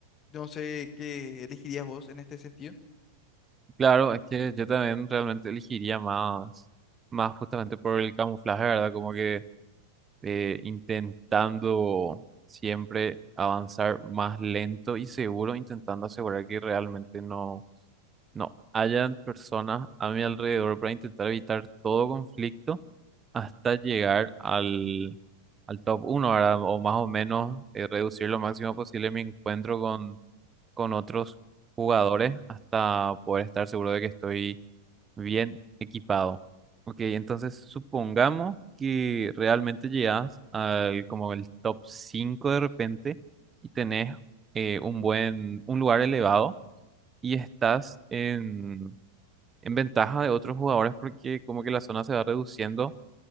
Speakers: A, on the left (about 30°); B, on the right (about 20°).
A: No sé qué elegirías vos en este sentido.
B: Claro, es que yo también realmente elegiría más, más justamente por el camuflaje, ¿verdad? Como que eh, intentando siempre avanzar más lento y seguro, intentando asegurar que realmente no, no hayan personas a mi alrededor para intentar evitar todo conflicto hasta llegar al, al top uno ¿verdad? O más o menos eh, reducir lo máximo posible mi encuentro con, con otros jugadores hasta poder estar seguro de que estoy Bien equipado. Ok, entonces supongamos que realmente llegas al como el top 5 de repente y tenés eh, un buen, un lugar elevado y estás en, en ventaja de otros jugadores porque como que la zona se va reduciendo